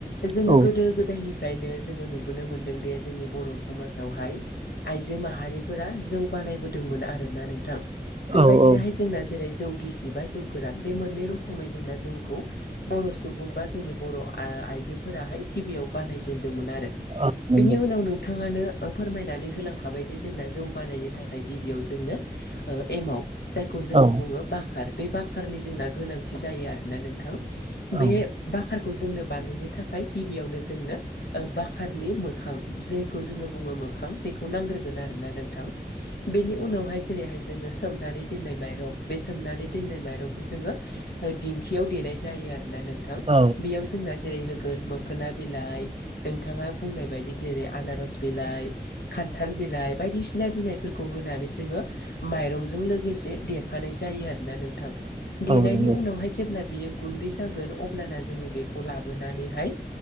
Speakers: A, on the left; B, on the right.
A: जोङो
B: औ
A: गोदो गोदायनि फ्रायनो जोङो नुबोनो मोनदोंदि जोंनि बर' समाजावहाय आइजो माहारिफोरा जौ बानायबोदोंमोन आरोना नोंथां। बेबायदिनोहाय
B: औ औ
A: जोंना जेरै जौ गिसि बा जौ गोरान बे मोननैै रोखोमनि जोंना जौखौ बर' सुबुं बा जोंनि बर' आ आइजो फोराहाय गिबियाव बानायजेेनदोंमोन आरो
B: औ नंगौ
A: बेनि उनावनो नोंथाङानो फोरमायनानै होलांखाबायदि जोंना जौ बानायनो थाखाय गिबियाव जोंनो ओ एमाव जायखौ जोङो
B: औ
A: बुङो बाखार बे बाखारनि जोंना गोनांथि जायो आरोना नोंथां।
B: औ
A: बे बाखारखौ जोंनो बानायनो थाखाय गिबियावनो जोंनो ओ बाकारनि मोखां जैखो जोङो बुङो मोखां बेखौ नांग्रोगोन आरोना नोंथां। बेनि उनावहाय जेरैहाय जोङो सोमनानै दोननाय माइरं बे सोमनानै दोननाय माइरंखौ जोङो ओ दिंखियाव देनाय जायो आरोना नोंथां
B: औ
A: बेयाव जोंना जेरै हो गोन मोखोना बिलाइ नोंथाङा बुंनाय बायदि जेरै आनारस बिलाइ खान्थाल बिलाइ बायदिसिना बिलाइफोरखौ होनानै जोङो माइरंजों लोगोसे देरफानाय जायो आरोना नोंथां। देनायनि
B: औ नंगौ
A: उनावहाय
B: औ
A: जेब्ला बियो गुन्दै जागोन अब्लाना जोङो बेखौ लाबोनानै हाय